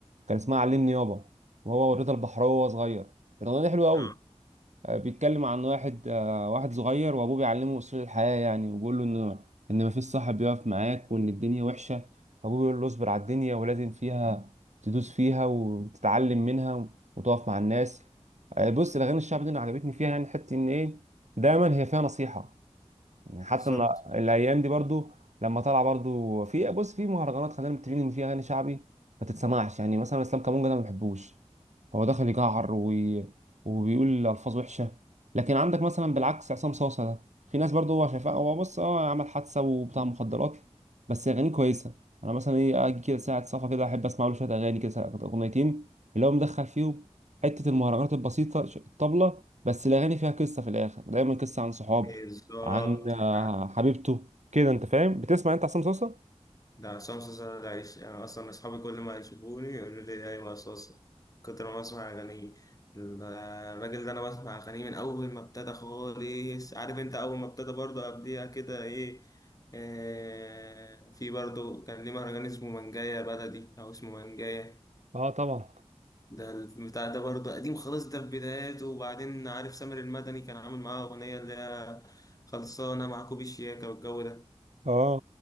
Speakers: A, on the right; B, on the left.
A: كان اسمها علمني يابا وهو ورضا البحراوي وهو صغير الاغنيه دي حلوه قوي
B: اه
A: آه، بيتكلم عن واحد آه، واحد صغير وابوه بيعلمه اصول الحياه يعني وبيقول له ان ان مفيش صاحب بيقف معاك وان الدنيا وحشه فابوه بيقول له اصبر على الدنيا ولازم فيها تدوس فيها وتتعلم منها وتقف مع الناس آه، بص الاغاني الشعبيه دي أنا عجبتني فيها يعني حته ان ايه دايما هي فيها نصيحه يعني حتى
B: بالظبط
A: إن الايام دي برضو لما طلع برضو في بص في مهرجانات خلينا متفقين ان في اغاني شعبي ما تتسمعش يعني مثلا اسلام كامونجا ده ما بحبوش هو دخل يجعر وي... وبيقول الفاظ وحشه لكن عندك مثلا بالعكس عصام صاصا ده في ناس برضه هو شايفاه هو بص اه عمل حادثه وبتاع مخدرات بس اغانيه كويسه انا مثلا ايه اجي كده ساعه صفا كده احب اسمع له شويه اغاني كده ساعة- اغنيتين اللي هو مدخل فيهم حته المهرجانات البسيطه ش- الطبله بس الاغاني فيها قصه في الاخر دايما قصه عن صحاب
B: بالظبط
A: اه عن آه،
B: آه.
A: حبيبته كده انت فاهم بتسمع انت عصام صاصا
B: ده عصام صاصا ده عيش يعني اصلا اصحابي كل ما يشوفوني يقولوا لي ايوه صاصا كتر ما اسمع اغانيه ال- الراجل ده انا بسمع اغانيه من اول ما ابتدى خالص عارف انت اول ما ابتدى برضه قبليها كده ايه آه في برضه كان ليه مهرجان اسمه منجاية بلدي او اسمه منجاية
A: اه طبعا
B: ده البتاع ده برضه قديم خالص ده في بداياته وبعدين عارف سامر المدني كان عامل معاه أغنية اللي هي خلصانة مع كوبي الشياكة والجو ده
A: اه